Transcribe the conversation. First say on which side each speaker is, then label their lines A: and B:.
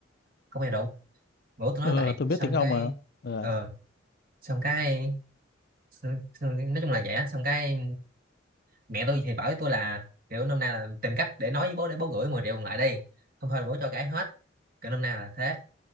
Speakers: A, on the right; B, on the left.
A: không bao giờ đụng bố tôi
B: ờ
A: nói vậy
B: ờ, tôi
A: xong
B: biết tiếng Ông
A: cái
B: mà ờ
A: ờ xong cái xong, xong, nói chung là vậy á xong cái mẹ tôi thì bảo với tôi là kiểu năm nay là tìm cách để nói với bố để bố gửi 10 triệu còn lại đi không thôi là bố cho cái hết kiểu năm nay là thế